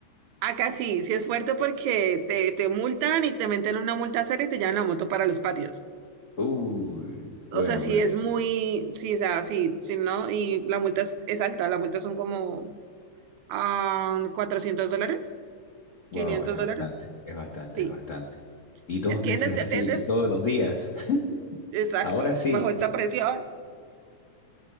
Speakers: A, on the right (about 80°); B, on the left (about 75°).
A: Acá sí, sí es fuerte porque te, te multan y te meten una multa seria y te llevan la moto para los patios.
B: Uy,
A: O
B: bueno,
A: sea, sí
B: bueno,
A: es muy, sí, o sea, sí, sí, ¿no? Y la multa es, es alta, la multa son como ah, cuatrocientos dólares,
B: wow,
A: quinientos
B: es bastante,
A: dólares.
B: es bastante,
A: Sí,
B: es bastante. Y dos
A: ¿Ya entiendes?
B: meses
A: ¿Ya
B: así,
A: entiendes?
B: y todos los días. <laughs>
A: Exacto,
B: Ahora sí.
A: bajo esta presión.